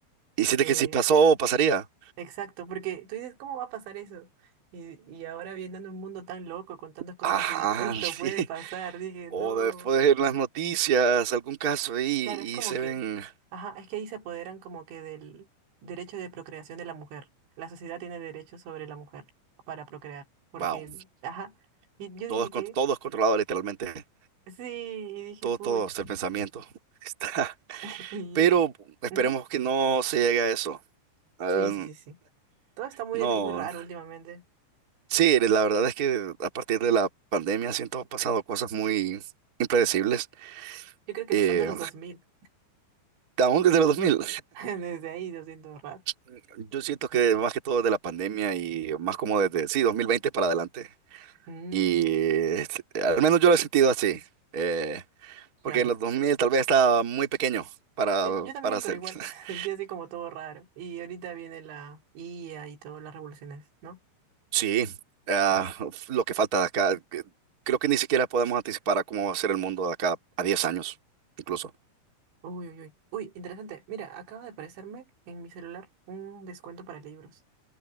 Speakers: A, on the right; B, on the right.
A: y Hiciste
B: que-
A: que si pasó pasaría.
B: exacto, porque tú dices, ¿cómo va a pasar eso? Y, y ahora viendo en un mundo tan loco con tantas cosas
A: Ajá,
B: así, dijo, esto
A: <laughs> sí.
B: puede pasar. Dije,
A: O
B: no.
A: después de las noticias, algún caso ahí
B: Claro,
A: y
B: es como
A: se
B: que,
A: ven.
B: ajá, es que ahí se apoderan como que del derecho de procreación de la mujer. La sociedad tiene derecho sobre la mujer para procrear, porque,
A: Wow,
B: ajá, y yo
A: todo
B: dije
A: es, con-
B: que,
A: todo es controlado literalmente.
B: sí, y dije,
A: Todo,
B: puch,
A: todo es el pensamiento. <laughs> Está.
B: <laughs> y
A: Pero
B: dije,
A: esperemos
B: ujú,
A: que no se llegue a eso. Ah,
B: Sí, sí, sí, sí. Todo está muy,
A: no.
B: muy raro últimamente.
A: Sí, la verdad es que a partir de la pandemia siento han pasado cosas muy impredecibles.
B: Yo creo que
A: Eh,
B: pasando los 2000,
A: Aún desde los dos mil
B: <laughs> desde ahí lo siento raro.
A: <laughs> Yo siento que más que todo de la pandemia y más como desde, sí, 2020 para adelante.
B: Mm,
A: Y este, al menos yo lo he sentido así. eh, porque
B: claro.
A: en los 2000 tal vez estaba muy pequeño para,
B: Yo, yo también,
A: para hacer.
B: pero igual
A: <laughs>
B: <laughs> sentí así como todo raro. Y ahorita viene la IA y todas las revoluciones, ¿no?
A: Sí, ah, lo que falta de acá. que- Creo que ni siquiera podemos anticipar a cómo va a ser el mundo de acá a 10 años, incluso.
B: Uy, uy, uy. Uy, interesante. Mira, acaba de aparecerme en mi celular un descuento para libros.